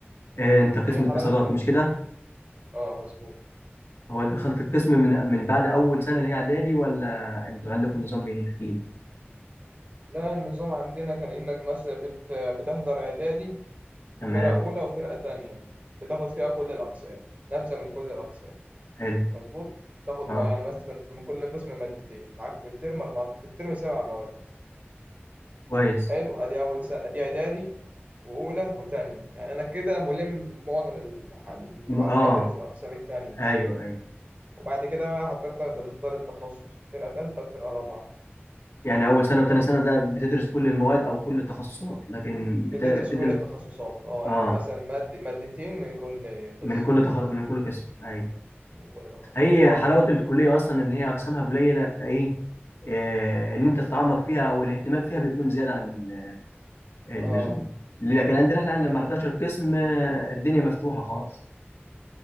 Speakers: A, on the left; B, on the right.
A: إيه انت قسم
B: هي
A: اتصالات
B: حلاوة ال...
A: مش كده
B: اه مظبوط
A: هو دخلت القسم من من بعد اول سنه اللي هي اعدادي ولا انتوا عندكم نظام ايه احكي لي
B: لا النظام عندنا كان إنك مثلا بت... بتحضر إعدادي
A: تمام
B: وفرقة أولى وفرقة تانية بتاخد فيها كل الأقسام نبذة من كل الأقسام
A: حلو
B: مظبوط تاخد ما
A: اه
B: يعني مثلا من كل قسم مادتين معاك في الترم أربعة في الترم سبع مواد
A: كويس
B: حلو أدي أول سنة أدي إعدادي وأولى وتانية يعني أنا كده ملم معظم الح- المعلومات
A: م- اه
B: اللي في الأقسام التانية
A: ايوه ايوه
B: وبعد كده بقى حضرتك بتختار التخصص فرقة تالتة وفرقة رابعة
A: يعني اول سنه وتاني سنه ده بتدرس كل المواد او كل التخصصات لكن
B: بتدرس
A: بت- بتبدا
B: كل
A: من
B: التخصصات اه
A: اه
B: يعني مثلا مادة مادتين من كل
A: من
B: قسم
A: كل تخ... من كل قسم ايوه
B: من كل تخصص
A: هي
B: تمام
A: حلاوه الكليه اصلا ان هي اقسامها قليله فايه آه ان انت تتعمق فيها او الاهتمام فيها بيكون زياده عن اللزوم
B: اه
A: ليه؟ لكن عندنا احنا عندنا
B: يعني
A: لما 11 قسم آه، الدنيا مفتوحة خالص